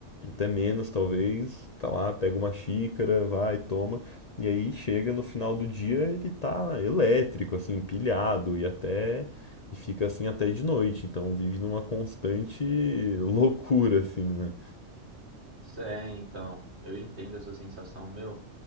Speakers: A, on the left; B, on the right.
A: até menos talvez, tá lá, pega uma xícara, vai, toma. E aí chega no final do dia, ele tá elétrico, assim, pilhado e até. E fica assim até de noite, então vive numa constante loucura, assim, né?
B: É, então. Eu entendo essa sensação, meu.